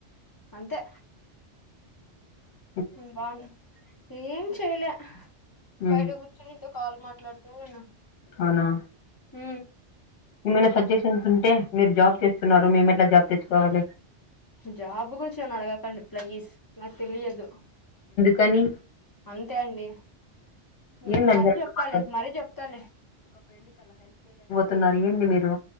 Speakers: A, on the left; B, on the left.
A: అంతే
B: హ
A: బాగును ఏం చేయలే
B: ఉమ్,
A: బయట కూర్చునితో కాల్ మాట్లాడుతూన్న
B: అవునా
A: హ
B: ఏమైనా సజెషన్స్ ఉంటే మీరు జాబ్ చేస్తున్నారు మేము ఎట్లా జాబ్ తెచ్చుకోవాలి
A: జాబ్ గురించి నన్ను అడగకండి ప్లీస్ నాకు తెలియదు
B: కానీ
A: అంతే అండి మ్
B: ఏందండి
A: మరీ
B: అట్లా?
A: చెప్తాలి మరీ చెప్తాలి
B: తున్నారు ఏంది మీరు